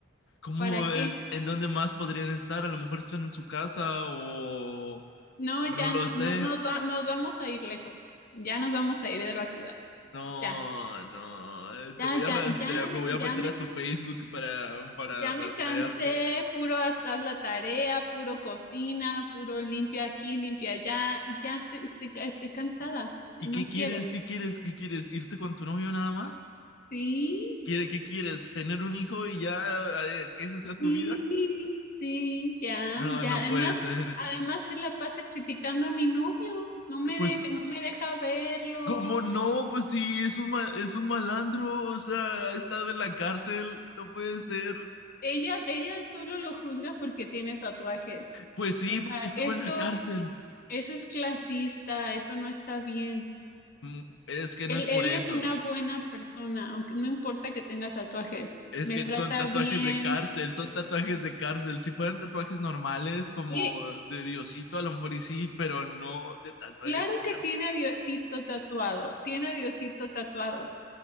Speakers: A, on the left; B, on the left.
A: ¿Cómo,
B: ¿Para qué?
A: en, en dónde más podrían estar? A lo mejor están en su casa o,
B: No,
A: o
B: ya
A: no lo
B: no,
A: sé.
B: no, nos va, nos vamos a ir lejos. Ya nos vamos a ir de la ciudad.
A: No,
B: Ya,
A: no, eh, te
B: ya,
A: voy a
B: ya,
A: rastrear,
B: ya,
A: me voy a meter
B: ya me,
A: a tu Facebook para, para
B: ya
A: rastrearte.
B: me cansé. Puro atrás la tarea, puro cocina, puro limpia aquí, limpia allá. Ya estoy, estoy, estoy cansada. No
A: ¿Y qué quieres?
B: quiero.
A: ¿Qué quieres? ¿Qué quieres? ¿Irte con tu novio nada más?
B: Sí,
A: ¿Quiere, qué quieres? ¿Tener un hijo y ya eh, que esa sea tu
B: sí,
A: vida?
B: sí, ya,
A: No,
B: ya.
A: no
B: Además,
A: puede ser.
B: además se la pasa criticando a mi novio. No me
A: Pues,
B: deja, no me deja verlo.
A: ¿cómo no? Pues sí, es un, ma- es un malandro, o sea, ha estado en la cárcel, no puede ser.
B: Ella, ella solo lo juzga porque tiene tatuajes.
A: Pues sí,
B: O
A: porque
B: sea,
A: estuvo
B: esto,
A: en la cárcel.
B: eso es clasista, eso no está bien.
A: Mm, Es que
B: Él,
A: no es por
B: él
A: eso.
B: es una buena persona, aunque no importa que tenga tatuajes.
A: Es
B: Me
A: que
B: trata
A: son tatuajes
B: bien.
A: de cárcel, son tatuajes de cárcel. Si fueran tatuajes normales, como
B: Sí,
A: de Diosito, a lo mejor y sí, pero no de tatuajes
B: claro
A: de
B: que
A: cárcel.
B: tiene a Diosito tatuado, tiene a Diosito tatuado.